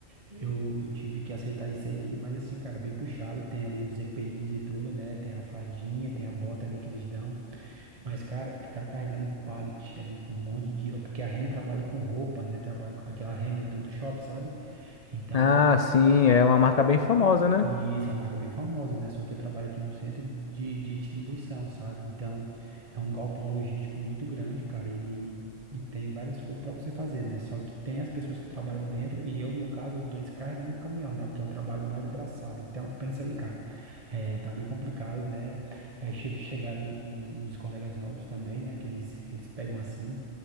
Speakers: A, on the right; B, on the left.
A: eu, eu tive que aceitar isso aí, mas assim, cara, bem puxado. Tem ali os EPIs e tudo, né? Tem a fadinha, tem a bota ali que eles dão. Mas, cara, ficar carregando pallet ali com um monte de. Porque a Renner trabalha com roupa, né? Trabalha com aquela Renner do, do shopping, sabe? Então,
B: Ah, sim, é uma marca bem famosa, né?
A: e isso é uma marca bem famosa, né? Só que eu trabalho aqui no centro de, de distribuição, sabe? Então, é um galpão logístico muito grande, cara, e, e tem várias coisas para você fazer, né? Só que tem as pessoas que trabalham dentro e eu, no caso, eu tô descarregando o caminhão, né? Porque é um trabalho mais braçal. Então, pensa aí, cara, é, tá bem complicado, né? É, che- chegaram um- uns colegas novos também, né? Que eles, que eles pegam assim.